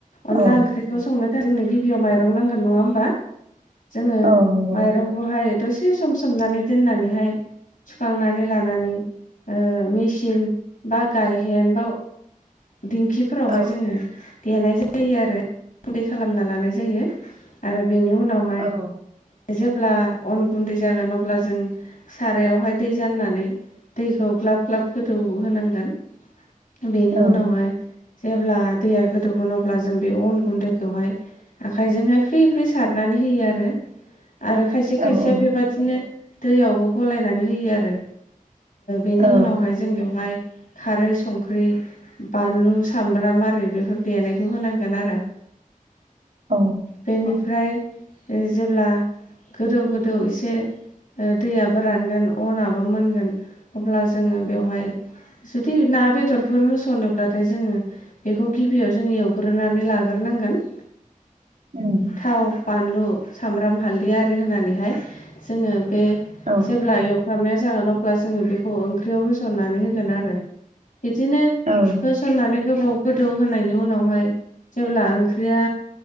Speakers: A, on the left (about 70°); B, on the right (about 65°).
A: अनला
B: औ
A: ओंख्रिखौ संनो थाखाय जोंनो गिबियाव माइरं नांगोन नङा होमबा? जोङो
B: औ नंगौ
A: माइरंखौहाय दसे सम सोमनानै दोननानैहाय सुखांनानै लानानै ओ मेसिन बा गायहेन बा दिंखिफोरावहाय
B: औ
A: जोङो देनाय जायो आरो दै खालामना लानाय जायो आरो बेनि उनाव
B: औ
A: जेब्ला अन गुन्दै जागोन अब्ला जों सारायावहाय दै जाननानै दैखौ ग्लाब ग्लाब गोदौ होनांगोन। बेनि
B: औ
A: उनावहाय जेब्ला दैया गोदौगोन अब्ला जों बे अन गुन्दैखौहाय आखाइजोंहाय फ्रि फ्रिरि सारनानै होयो आरो। आरो खायसे खायसेया
B: औ
A: बेबादिनो दैयावबो गलायनानै होयो आरो। बेनि
B: औ
A: उनावहाय जों बेवहाय खारै संख्रि बानलु सामब्राम आरै बेफोर देनायखौ होनांगोन आरो।
B: औ
A: बेनिफ्राय जेब्ला गोदौ गोदौ एसे दैयाबो रानगोन अनाबो मोनगोन अब्ला जोङो बेवहाय जुदि ना बेदरफोर होसनोब्ला नाथाय जोङो बेखौ गिबियाव जोङो एवग्रोनानै लाग्रोनांगोन।
B: उम
A: थाव बानलु सामब्राम हालदै आरि होनानैहाय जोङो बे
B: औ
A: जेब्ला एव फ्रामनाया जागोन अब्ला जोङो बेखौ ओंख्रियाव होसननानै होगोन आरो बिदिनो
B: औ
A: होसननानै गोबाव गोदौ होनायनि उनावहाय जेब्ला ओंख्रिया